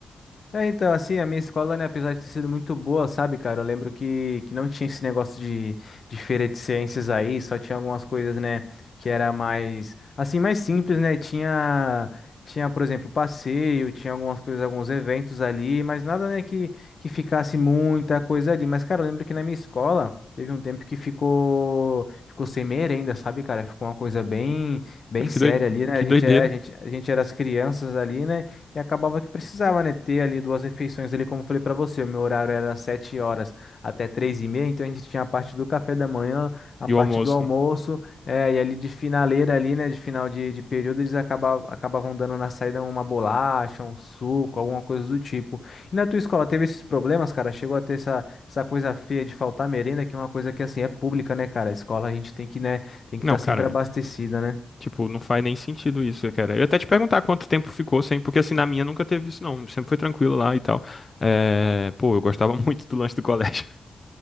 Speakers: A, on the left; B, on the left.
A: É, então, assim, a minha escola, né, apesar de ter sido muito boa, sabe, cara, eu lembro que, que não tinha esse negócio de, de feira de ciências aí, só tinha algumas coisas, né, que era mais, assim, mais simples, né, tinha, tinha, por exemplo, passeio, tinha algumas coisas, alguns eventos ali, mas nada, né, que, que ficasse muita coisa ali, mas, cara, eu lembro que na minha escola teve um tempo que ficou, ficou sem merenda, sabe, cara, ficou uma coisa bem, bem
B: Cara,
A: séria
B: Que doi-
A: ali, né,
B: que
A: a
B: doideira.
A: gente, é, a gente, a gente era as crianças ali, né, e acabava que precisava, né, ter ali duas refeições ali, como eu falei pra você, o meu horário era das 7 horas até três e meia, então a gente tinha a parte do café da manhã, a
B: E
A: parte
B: o almoço,
A: do almoço,
B: né?
A: é, e ali de finaleira ali, né, de final de, de período, eles acabavam, acabavam dando na saída uma bolacha, um suco, alguma coisa do tipo. E na tua escola teve esses problemas, cara? Chegou a ter essa, essa coisa feia de faltar merenda, que é uma coisa que, assim, é pública, né, cara? A escola a gente tem que, né, tem que
B: Não,
A: estar
B: cara.
A: sempre abastecida, né?
B: Tipo, não faz nem sentido isso, cara. Eu ia até te perguntar quanto tempo ficou sem, porque assim, na minha nunca teve isso, não. Sempre foi tranquilo lá e tal. É, Pô, eu gostava <laughs> muito do lanche do colégio.